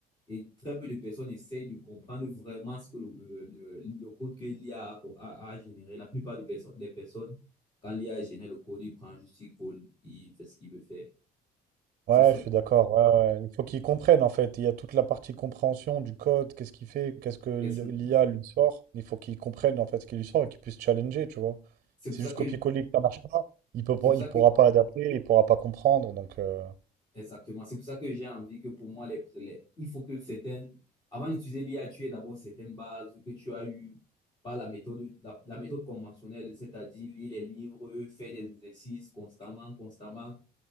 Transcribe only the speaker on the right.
Ouais,
je
suis d'accord. ouais, ouais. Il faut qu'ils comprennent en fait. Il y a toute la partie compréhension du code, qu'est-ce qu'il fait, qu'est-ce que l'IA
lui sort. Il faut qu'ils comprennent en fait ce qu'il lui sort et qu'ils puissent challenger, tu vois.
C'est
juste
copier-coller que ça marche pas. Il peut pas,
il
pourra pas adapter, il pourra pas comprendre. Donc, euh,